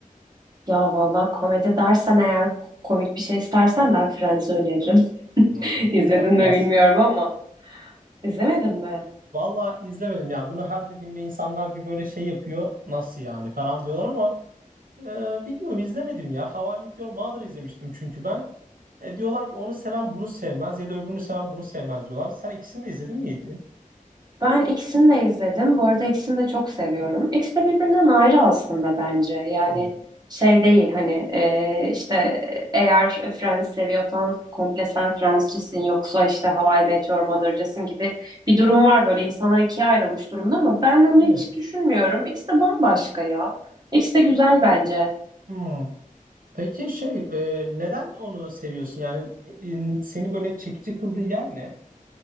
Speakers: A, on the right; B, on the right.
A: Ya valla komedi dersen eğer komik bir şey istersen ben Friends'i öneririm. <laughs>
B: Hmm.
A: İzledin
B: İzlemedim
A: mi
B: aslında.
A: bilmiyorum ama. İzlemedin mi?
B: Vallahi izlemedim ya. Bunu her dediğimde insanlar bir böyle şey yapıyor. Nasıl yani falan diyorlar ama e, bilmiyorum izlemedim ya. How I Met Your Mother izlemiştim çünkü ben. E, diyorlar ki onu seven bunu sevmez ya da öbürünü seven bunu sevmez diyorlar. Sen ikisini de izledin miydi?
A: Ben ikisini de izledim. Bu arada ikisini de çok seviyorum. İkisi de birbirinden ayrı aslında bence. Yani
B: Hmm,
A: şey değil hani e, işte eğer Friends seviyorsan komple sen Friends'cisin yoksa işte How I Met Your Mother'cısın gibi bir durum var böyle insanlar ikiye ayrılmış durumda ama ben onu
B: Evet.
A: hiç düşünmüyorum. İkisi de bambaşka ya. İkisi de güzel bence.
B: Hmm. Peki şey e, neden onu seviyorsun? Yani e, e, seni böyle çekici kıldığı yer ne?